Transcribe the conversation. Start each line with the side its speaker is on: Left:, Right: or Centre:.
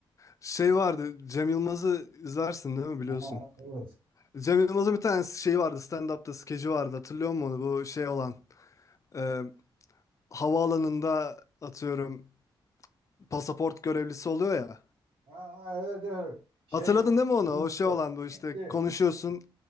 Left: Şey vardı. Cem Yılmaz'ı izlersin değil mi biliyorsun.
Right: Aa, evet.
Left: Cem Yılmaz'ın bir tane şeyi vardı. Stand-up'ta skeci vardı. Hatırlıyor musun onu? Bu şey olan. e, havaalanında atıyorum pasaport görevlisi oluyor ya.
Right: Aa, evet evet. Şey
Left: Hatırladın
Right: bu
Left: değil mi onu?
Right: Hintli,
Left: O şey olan bu işte
Right: Hintli.
Left: konuşuyorsun.